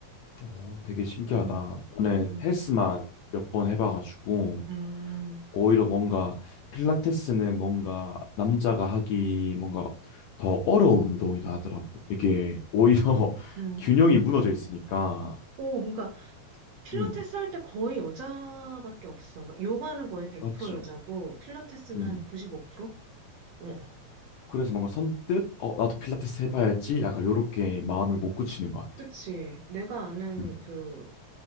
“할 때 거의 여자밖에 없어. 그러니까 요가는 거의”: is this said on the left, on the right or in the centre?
Right